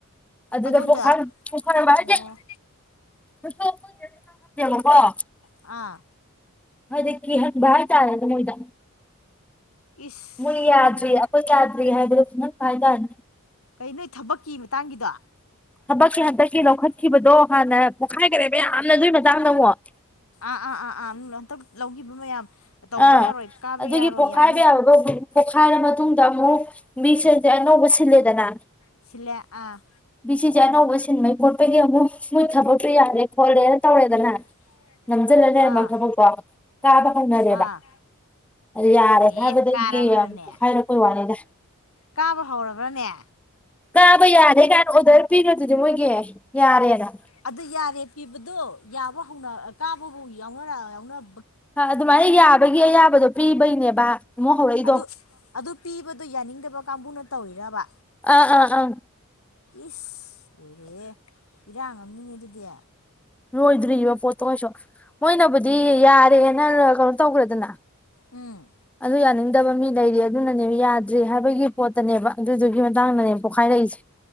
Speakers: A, in the centre; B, on the left.
A: ꯑꯗꯨꯗ
B: ꯑꯗꯣꯝꯗ
A: ꯄ ꯄꯈꯕ ꯍꯥꯏꯁꯦ
B: ꯑꯣ
A: <unintelligible>
B: ꯑꯥ
A: ꯍꯥꯏꯗꯤ ꯀꯤꯍꯟꯕ ꯍꯥꯏꯇꯥꯔꯦꯅꯦ ꯃꯣꯏꯗ
B: ꯏꯁ
A: ꯃꯣꯏ ꯌꯥꯗ꯭ꯔꯦ
B: ꯂꯣꯏꯔꯦ
A: ꯑꯩꯈꯣꯏ ꯌꯥꯗ ꯔꯤ ꯍꯥꯏꯗꯣ ꯈꯪꯍꯟꯕ ꯍꯥꯏꯇꯔꯦ
B: ꯀꯩ ꯅꯣꯏ ꯊꯕꯛꯀꯤ ꯃꯇꯥꯡꯒꯤꯗꯣ?
A: ꯊꯕꯛꯀꯤ ꯍꯟꯗꯛꯀꯤ ꯂꯧꯈꯠꯈꯤꯕꯗꯣ ꯍꯥꯟꯅ ꯄꯣꯛꯈꯥꯏꯈꯔꯦꯕ ꯌꯥꯝꯅ ꯑꯗꯨꯏ ꯃꯇꯥꯡꯗ ꯑꯃꯨꯛ
B: ꯑꯥ ꯑꯥ ꯑꯥ ꯑꯥ ꯎꯝ ꯍꯟꯇꯛ ꯂꯧꯈꯤꯕ ꯃꯌꯥꯝ ꯇꯧꯕ
A: ꯑꯥ
B: ꯌꯥꯔꯣꯏ ꯀꯥꯕ
A: ꯑꯗꯨꯒꯤ
B: ꯌꯥꯔꯣꯏ
A: ꯄꯣꯛꯈꯥꯏꯕ
B: ꯌꯥꯅꯤ
A: ꯌꯥꯕ ꯄꯣꯛꯈꯥꯏꯔ ꯃꯇꯨꯡꯗ ꯑꯃꯨꯛ ꯃꯤꯁꯦꯡꯁꯦ ꯑꯅꯧꯕ ꯑꯃꯨꯛ ꯁꯤꯜꯂꯦꯗꯅ
B: ꯁꯤꯜꯂꯦ ꯑꯥ
A: ꯕꯤ ꯁꯤꯁꯦ ꯑꯅꯧꯕ ꯁꯤꯟꯕꯒꯤ ꯈꯣꯠꯄꯒꯤ ꯑꯃꯨꯛ ꯃꯣꯏ ꯊꯕꯛꯇꯨ ꯌꯥꯗ꯭ꯔꯦ ꯈꯣꯠꯂꯦꯅ ꯇꯧꯔꯦꯗꯅ꯫
B: <unintelligible>
A: ꯅꯝꯁꯤꯜꯂ ꯂꯩꯔꯝꯕ
B: ꯑꯥ
A: ꯊꯕꯛꯇꯣ ꯀꯥꯕ ꯈꯅꯔꯦꯕ
B: ꯑꯥ
A: ꯌꯥꯔꯦ
B: ꯑꯦ
A: ꯍꯥꯏꯕꯗꯒꯤ
B: ꯀꯥꯔꯕ꯭ꯔꯅꯦ
A: ꯑꯃꯨꯛ ꯍꯥꯏꯔꯛꯄꯩ ꯋꯥꯅꯤꯗ꯫
B: ꯀꯥꯕ ꯍꯧꯔꯕ꯭ꯔꯅꯦ꯫
A: ꯀꯥꯕ ꯌꯥꯔꯦ ꯀꯥꯏꯅ ꯑꯣꯔꯗꯔ ꯄꯤꯈꯔꯗꯨꯗꯤ ꯃꯣꯏꯒꯤ ꯌꯥꯔꯦꯅ꯫
B: ꯑꯗꯨ ꯌꯥꯔꯦ ꯄꯤꯕꯗꯣ ꯌꯥꯕ ꯍꯧꯅ ꯀꯥꯕꯕꯨ ꯌꯥꯎꯅꯔ ꯌꯥꯎꯅꯔ
A: ꯑꯗꯨꯃꯥꯏꯅ ꯌꯥꯕꯒꯤ ꯑꯌꯥꯕꯗꯣ ꯄꯤꯕꯩꯅꯦꯕ꯫ ꯑꯃꯨꯛ ꯍꯧꯔꯛꯏꯗꯣ
B: ꯑꯗꯨ ꯑꯗꯨ ꯄꯤꯕꯗꯣ ꯌꯥꯅꯤꯡꯗꯕ ꯀꯥꯡꯕꯨꯅ ꯇꯧꯔꯤꯔꯕ꯫
A: ꯑꯥ ꯑꯥ ꯑꯥ
B: ꯏꯁ ꯑꯣꯏꯔꯦꯍꯦ ꯏꯤꯔꯥꯡ ꯑꯃꯅꯤꯡꯅꯦ ꯑꯗꯨꯗꯤ꯫
A: ꯂꯣꯏꯗ꯭ꯔꯤꯕꯔꯤꯕ ꯄꯣꯠꯇꯣ ꯀꯩꯁꯨ ꯃꯣꯏꯅꯕꯨꯗꯤ ꯌꯥꯔꯦꯅ ꯀꯩꯅꯣ ꯇꯧꯈ꯭ꯔꯦꯗꯅ꯫
B: ꯎꯝ
A: ꯑꯗꯨ ꯌꯥꯅꯤꯡꯗꯕ ꯃꯤ ꯂꯩꯔꯤ ꯑꯗꯨꯅꯅꯦꯕ ꯌꯥꯗ꯭ꯔꯦ ꯍꯥꯏꯕꯒꯤ ꯄꯣꯠꯇꯅꯦꯕ꯫ ꯑꯗꯨꯗꯨꯒꯤ ꯃꯇꯥꯡꯗꯅꯦ ꯄꯣꯛꯈꯥꯏꯔꯛꯏꯁꯦ꯫